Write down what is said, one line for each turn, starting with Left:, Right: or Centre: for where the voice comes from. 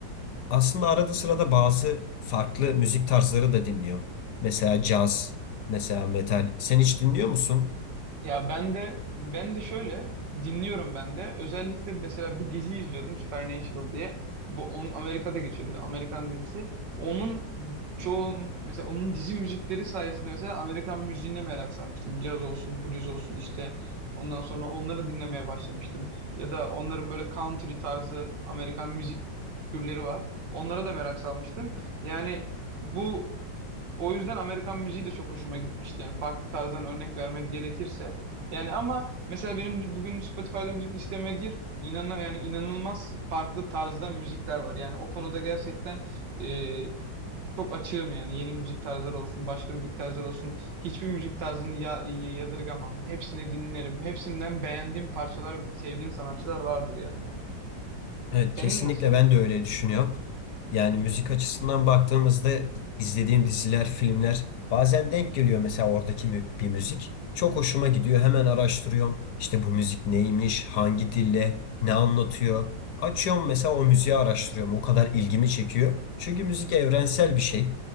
Left: Aslında arada sırada bazı farklı müzik tarzları da dinliyorum. Mesela caz, mesela metal. Sen hiç dinliyor musun?
Right: Ya ben de ben de şöyle dinliyorum ben de. Özellikle mesela bir dizi izliyordum Supernatural diye. Bu onun Amerika'da geçiyordu. Amerikan dizisi. Onun çoğun mesela onun dizi müzikleri sayesinde mesela Amerikan müziğine merak sarmıştım. Caz olsun, blues olsun işte. Ondan sonra onları dinlemeye başlamıştım. Ya da onların böyle country tarzı Amerikan müzik türleri var. Onlara da merak salmıştım. Yani bu o yüzden Amerikan müziği de çok hoşuma gitmişti. Yani farklı tarzdan örnek vermek gerekirse. Yani ama mesela benim bugün Spotify'da müzik listeme gir. İnanan yani inanılmaz farklı tarzda müzikler var. Yani o konuda gerçekten e, çok açığım yani. Yeni müzik tarzları olsun, başka müzik tarzları olsun. Hiçbir müzik tarzını ya, yadırgamam. Hepsini dinlerim. Hepsinden beğendiğim parçalar, sevdiğim sanatçılar vardır yani.
Left: Evet
Right: Senin
Left: kesinlikle
Right: nasıl?
Left: ben de öyle düşünüyorum. Yani müzik açısından baktığımızda izlediğim diziler, filmler bazen denk geliyor mesela oradaki mü- bir müzik. Çok hoşuma gidiyor. Hemen araştırıyorum. İşte bu müzik neymiş, hangi dille, ne anlatıyor. Açıyorum mesela o müziği araştırıyorum. O kadar ilgimi çekiyor. Çünkü müzik evrensel bir şey